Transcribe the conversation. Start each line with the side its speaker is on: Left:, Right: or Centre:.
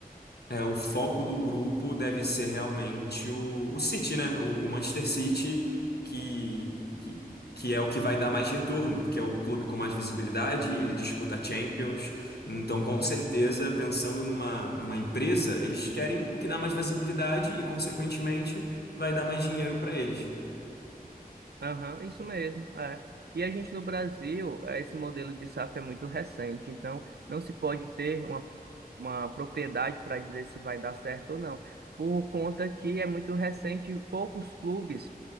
Left: É, o foco do grupo deve ser realmente o, o City, né? O, o Manchester City, que, que, que é o que vai dar mais retorno, porque é o clube com mais visibilidade, ele disputa Champions. Então, com certeza, pensando numa, numa empresa, eles querem o que dá mais visibilidade e, consequentemente, vai dar mais dinheiro para eles.
Right: Aham, isso mesmo. É. E a gente no Brasil, eh, esse modelo de safra é muito recente, então não se pode ter uma, uma propriedade para dizer se vai dar certo ou não, por conta que é muito recente e poucos clubes